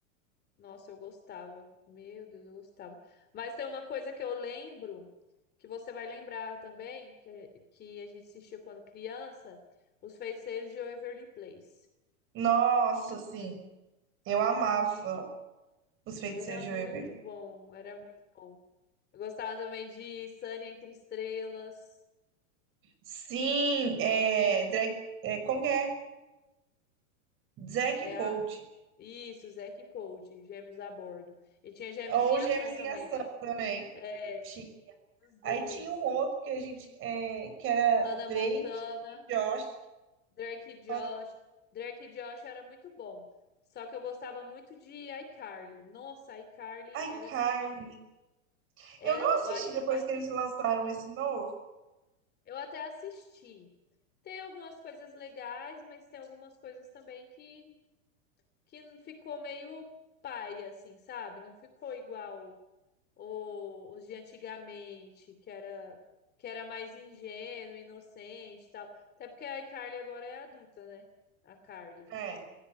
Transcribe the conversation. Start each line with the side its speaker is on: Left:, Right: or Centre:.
Left: Nossa, eu gostava. Meu Deus, eu gostava. Mas tem uma coisa que eu lembro, que você vai lembrar também, que, que a gente assistia quando criança, Os Feiticeiros de Waverly Place.
Right: Nossa, assim, eu amava os feiticeiros
Left: Era muito
Right: de Waverly.
Left: bom, era muito bom. Eu gostava também de Sunny Entre Estrelas.
Right: Sim, é, Drake, é, como que é? Zack
Left: É
Right: Coach.
Left: a... Isso, Zack e Cody, Gêmeos a Bordo. E tinha Gêmeos
Right: Ou
Left: em
Right: Gêmeos
Left: Ação também,
Right: em Ação
Left: né?
Right: também.
Left: É,
Right: Tinha.
Left: Os dois.
Right: Aí tinha um outro que a gente, é, que era
Left: Hannah
Right: Drake
Left: Montana.
Right: e Josh.
Left: Drake e Josh.
Right: Hannah
Left: Drake e Josh era muito bom. Só que eu gostava muito de iCarly. Nossa, iCarly
Right: Ai,
Left: era
Right: Carly.
Left: assim, era
Right: Eu não
Left: eu
Right: assisti
Left: acho
Right: depois
Left: que o mais
Right: que
Left: legal.
Right: eles lançaram esse novo.
Left: Eu até assisti. Tem algumas coisas legais, mas tem algumas coisas também que que ficou meio paia assim, sabe? Não ficou igual o- os de antigamente, que era que era mais ingênuo, inocente, e tal. Até porque a iCarly agora é adulta, né? A Carly.
Right: É.